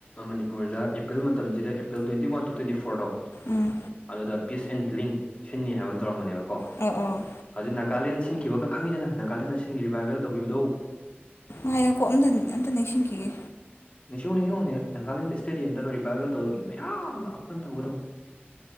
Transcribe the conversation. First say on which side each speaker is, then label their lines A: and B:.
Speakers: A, on the left; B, on the left.
A: ꯃꯅꯤꯄꯨꯔꯗ ꯑꯦꯄ꯭ꯔꯤꯜ ꯃꯇꯝꯁꯤꯗ April twenty one two twenty ꯐꯣꯔꯗꯣ
B: ꯎꯝ
A: ꯑꯗꯨꯗ ꯄꯤꯁ ꯑꯦꯟ ꯍꯤꯂꯤꯡ ꯁꯤꯟꯅꯤ ꯍꯥꯏꯕ ꯑꯃ ꯇꯧꯔꯝꯕꯅꯦꯕꯀꯣ
B: ꯑꯣ ꯑꯣ
A: ꯍꯧꯖꯤꯛ ꯅꯥꯒꯥꯂꯦꯟꯗ ꯁꯤꯟꯈꯤꯕꯒ ꯈꯪꯉꯗꯅ ꯅꯥꯒꯥꯂꯦꯟꯗ ꯑꯁꯤꯟ ꯔꯤꯚꯥꯏꯚꯦꯜ ꯇꯧꯈꯤꯕꯗꯣ
B: ꯍꯥꯏꯌꯣꯀꯣ ꯑꯝꯇ ꯑꯝꯇ ꯅꯤꯡꯁꯤꯡꯈꯤꯒꯦ
A: ꯅꯤꯡꯅꯤꯁꯤꯡ ꯅꯤꯁꯤꯡ ꯅꯥꯒꯥꯂꯦꯟꯗ ꯏꯁꯇꯦꯗꯤꯌꯝꯗꯒ ꯔꯤꯚꯥꯏꯕꯦꯜ ꯇꯧꯕ ꯃꯤ ꯃꯌꯥꯝ ꯂꯥꯛꯄꯅ ꯇꯧꯒꯗꯧꯕ